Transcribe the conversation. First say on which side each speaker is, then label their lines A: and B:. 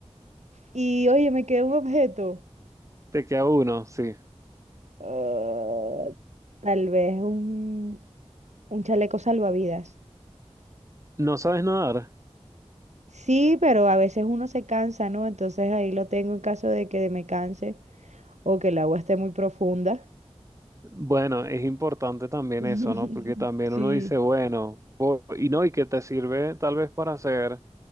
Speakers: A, on the right (about 85°); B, on the right (about 25°).
A: Y oye, me queda un objeto.
B: Te queda uno, sí.
A: Ah, tal vez un, un chaleco salvavidas.
B: ¿No sabes nadar?
A: Sí, pero a veces uno se cansa, ¿no? Entonces ahí lo tengo en caso de que me canse o que el agua esté muy profunda.
B: Bueno, es importante también
A: <laughs>
B: eso, ¿no? Porque también
A: Sí,
B: uno dice, bueno, po- y no, y que te sirve tal vez para hacer